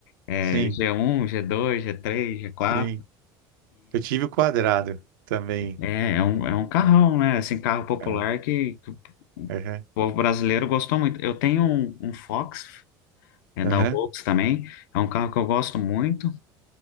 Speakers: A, on the left (about 70°); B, on the right (about 75°).
A: É,
B: Sim,
A: g um g dois g três G4.
B: sim. Eu tive o quadrado também.
A: É, é um, é um carrão,
B: É.
A: né? Assim, carro popular
B: Aham.
A: que, que o
B: Aham.
A: povo brasileiro gostou muito. Eu tenho um, um Fox, é
B: Aham.
A: da Volks também, é um carro que eu gosto muito.